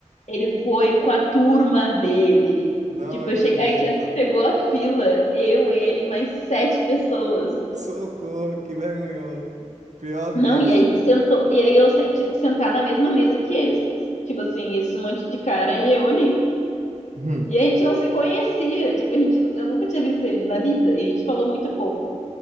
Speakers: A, on the left; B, on the right.
A: ele foi com a turma dele.
B: Não
A: Tipo,
B: acredito.
A: eu che- a gente pegou a fila, eu, ele, mais sete pessoas.
B: Socorro, que vergonhoso. Pior
A: Não,
B: date.
A: e aí a gente sentou, e aí eu sen- tive que sentar na mesma mesa que eles. Tipo assim, esses monte de cara e eu ali.
B: Hum,
A: E a gente não se conhecia, tipo, a gente, eu nunca tinha visto ele na vida, e a gente falou muito pouco.